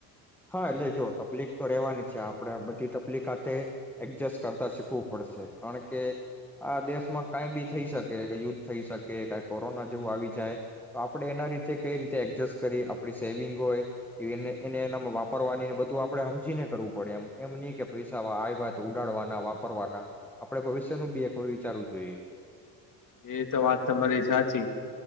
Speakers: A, in the centre; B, on the left.
A: હા એટલે જો તકલીફ તો રેવાની છે આપણે આ બધી તકલીક હાથે એડજસ્ટ કરતા શીખવું પડશે. કારણ કે આ દેશમાં કઈ બી થઈ શકે યુદ્ધ થઈ શકે ક કોરોના જેવું આવી જાય તો આપણે એના રીતે કઈ રીતે એડજસ્ટ કરી આપડી સેવિંગ હોય એને એ વાપરવાની બધું આપણે હમજીને કરવું પડે એમ, એમની કે પૈસા આવ્યા તો ઉડાડવાના વાપરવાના આપણે ભવિષ્યનું બી એક વાર વિચારવું જોઈએ.
B: એ તો વાત તમારી સાચી.